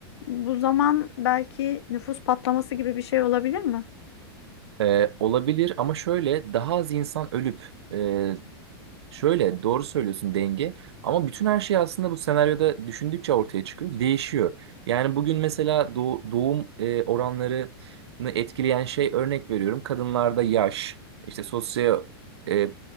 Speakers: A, on the left; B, on the right.
A: bu zaman belki nüfus patlaması gibi bir şey olabilir mi?
B: E, olabilir ama şöyle daha az insan ölüp e, Şöyle doğru söylüyorsun denge ama bütün her şey aslında bu senaryoda düşündükçe ortaya çıkıyor, değişiyor. Yani bugün mesela doğ- doğum e, oranlarını etkileyen şey örnek veriyorum. Kadınlarda yaş, işte sosyal e,